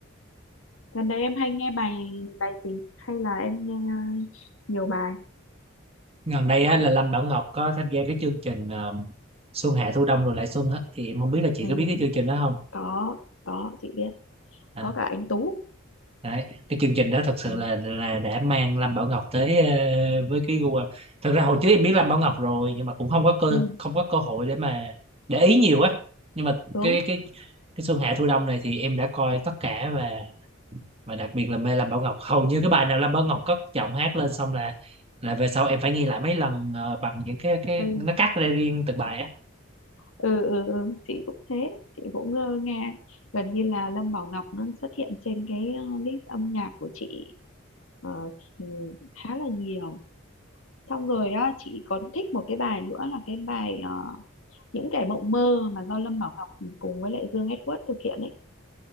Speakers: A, on the left; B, on the right.
A: gần đây em hay nghe bài bài gì hay là em nghe ờ, nhiều bài
B: gần đây á, là Lâm Bảo Ngọc có tham gia cái chương trình ờ, Xuân Hạ Thu Đông rồi lại Xuân á thì em không biết là chị
A: ừ
B: có biết cái chương trình đó không
A: có có chị biết
B: À,
A: có cả anh Tú
B: Đấy, cái chương trình đó thật sự
A: ừ,
B: là là đã mang Lâm Bảo Ngọc tới ờ, với cái gu âm. Thật ra hồi trước em biết Lâm Bảo Ngọc rồi nhưng mà cũng không có cơ
A: ừ,
B: không có cơ hội để mà để ý nhiều á. Nhưng mà
A: đúng
B: cái cái cái Xuân Hạ Thu Đông này thì em đã coi tất cả và và đặc biệt là mê Lâm Bảo Ngọc. Hầu như cái bài nào Lâm Bảo Ngọc cất giọng hát lên xong là là về sau em phải nghe lại mấy lần ờ, bằng những cái cái
A: ừ.
B: nó cắt ra riêng từng bài á.
A: Ừ, ừ ừ chị cũng thế chị cũng ờ, nghe gần như là Lâm Bảo Ngọc nó xuất hiện trên cái ờ, list âm nhạc của chị ờ, ừ, khá là nhiều xong rồi á chị còn thích một cái bài nữa là cái bài ờ, những kẻ mộng mơ mà do Lâm Bảo Ngọc cùng với lại Dương Edward thực hiện ấy